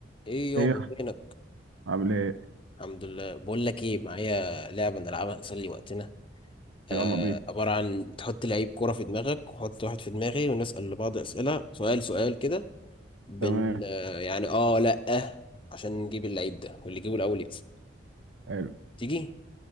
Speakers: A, on the left; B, on the right.
A: ايه يابا
B: ايه يا اسطى؟
A: فينك
B: عامل ايه
A: الحمد لله بقول لك ايه معايا لعبه نلعبها نسلي وقتنا آه
B: يلا بينا
A: عباره عن بتحط لعيب كوره في دماغك وحط واحد في دماغي ونسال لبعض اسئله سؤال سؤال كده بن
B: تمام
A: آه يعني اه لا آه عشان نجيب اللعيب ده واللي يجيبه الاول يكسب
B: حلو
A: تيجي